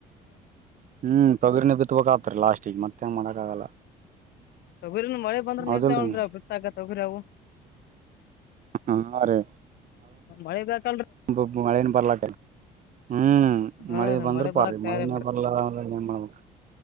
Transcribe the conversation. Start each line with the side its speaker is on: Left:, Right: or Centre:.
Right: ಹ್ಮ್ ತೊಗರಿನ ಬಿತ್ ಬೇಕ್ ಆಗುತ್ರಿ ಲಾಸ್ಟಿಗೆ ಮತ್ತೆ ಏನ್ ಮಾಡಕ್ ಆಗಲ್ಲ
Left: ತೊಗರಿನು ಮಳೆ ಬಂದ್ರ
Right: ಹೌದಿಲ್ರರಿ
Left: ನಿಲ್ತಾವಳ್ರಿ ಅ ಗತ್ತಾಗ ತೊಗರಿ ಅವು
Right: ಹಾ ರೀ
Left: ಮಳೆ ಬೀಳಕ್
Right: ಹ ಮಳೇನು ಬರಲಾ ಹ್ಮ್
Left: ಹ್ಞೂ
Right: ಮಳಿ
Left: ರೀ
Right: ಬಂದ್ರ
Left: ಮಳೆ
Right: ಪಾರ್ವಾಗಿಲ್ಲ
Left: ಬರಾಕ್ ತಯಾರಿಲ್ರಿ
Right: ಮಳಿನ ಬರ್ಲಿಲ್ಲ ಅಂದ್ರ ಏನ್ ಮಾಡ್ಬೇಕು